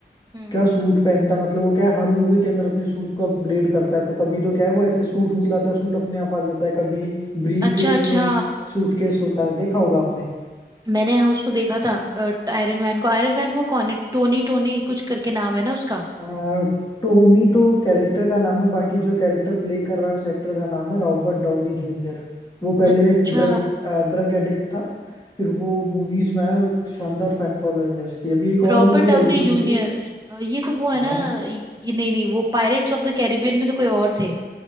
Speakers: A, on the right; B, on the left.
A: हम्म
B: क्या सूट पहनता है मतलब वो क्या है हर मूवी के अंदर अपने सूट को अपग्रेड करता है तो कभी तो क्या है वो ऐसे सूट बुलाता है सूट अपने आप आ जाता है कभी ब्रीफ
A: अच्छा
B: केस
A: अच्छा
B: में सूटकेस होता है देखा होगा आपने
A: मैंने हाँ उसको देखा था आयरन मैन को आयरन मैन वो कौन है टोनी टोनी कुछ करके नाम है ना उसका
B: आ, टोनी तो कैरेक्टर का नाम है बाकी जो कैरेक्टर प्ले कर रहा है उस एक्टर का नाम है रॉबर्ट डाउनी जूनियर वो पहले
A: अच्छा
B: ड्रग ड्रग एडिक्ट था फिर वो मूवीज में आया वो एक शानदार फैन फॉलोइंग है उसकी अभी एक
A: रॉबर्ट
B: और मूवी
A: डाउनी
B: आई थी उनकी
A: जूनियर ये तो वो है
B: हाँ
A: ना ये नहीं नहीं वो पायरेट्स ऑफ द कैरिबियन में तो कोई और थे